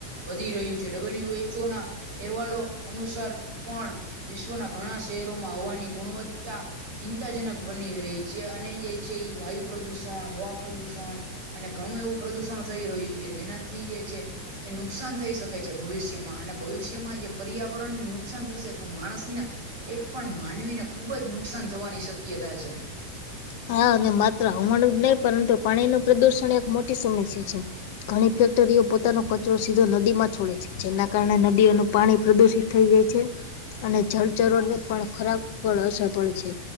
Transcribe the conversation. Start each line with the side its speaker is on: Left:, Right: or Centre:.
Right: વધી રહ્યું છે ડબલ્યુ એચ ઓ ના અહેવાલો અનુસાર પણ વિશ્વના ઘણા શહેરોમાં હવાની ગુણવત્તા ચિંતાજનક બની રહી છે અને જે છે એ વાયુ પ્રદુષણ હવા પ્રદુષણ અને ઘણું એવું પ્રદુષણ થઈ રહ્યું છે જેનાથી જે છે એ નુકસાન થઈ શકે છે ભવિષ્યમાં અને ભવિષ્યમાં જે પર્યાવરણને નુકસાન થશે તો માણસને એક પણ માનવીને ખુબ જ નુકસાન થવાની શક્યતા છે
Left: હા અને માત્ર હમણું જ નહી પરંતુ પાણી નું પ્રદુષણ એક મોટી સમસ્યા છે ઘણી ફેક્ટરીઓ પોતાનો કચરો સીધો નદી માં છોડે છે જેના કારણે નદીઓનું પાણી પ્રદુષિત થઈ જાય છે અને જળચરો ને પણ ખરાબ પર અસર પડે છે